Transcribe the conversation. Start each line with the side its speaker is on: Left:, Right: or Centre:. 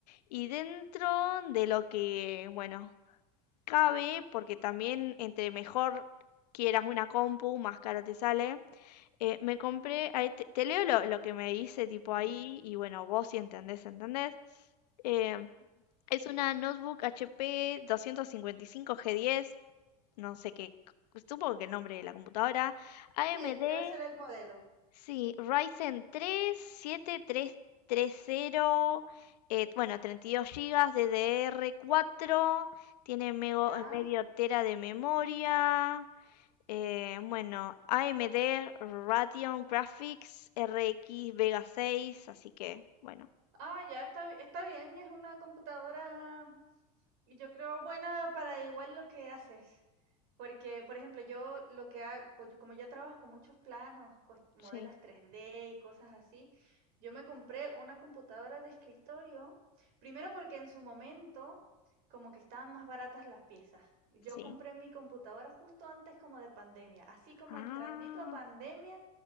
Left: Y dentro de lo que, bueno, cabe, porque también entre mejor quieras una compu, más caro te sale, eh, me compré, ahí te, te leo lo, lo que me dice tipo ahí,
Right: Ya.
Left: y bueno, vos si entendés, entendés. Eh, es una notebook HP 255G10, no sé qué, supongo que el nombre de la computadora, AMD
Right: Sí,
Left: Sí,
Right: debe ser el modelo.
Left: Ryzen tres siete tres 7330, eh, bueno, 32 GB ddr cuatro, tiene mego-
Right: Ya.
Left: eh, medio tera de memoria, eh, bueno, AMD Radeon Graphics RX Vega 6, así que, bueno,
Right: Ah, ya está, bi- está bien, es una computadora, yo creo, buena para igual lo que haces. Porque, por ejemplo, yo lo que hago, como ya trabajo con muchos planos, cos- modelos
Left: sí,
Right: tres d y cosas así, yo me compré una computadora de escritorio, primero porque en su momento como que estaban más baratas las piezas. Yo
Left: sí.
Right: compré mi computadora justo antes como de pandemia, así como entrandito
Left: Ah,
Right: a pandemia,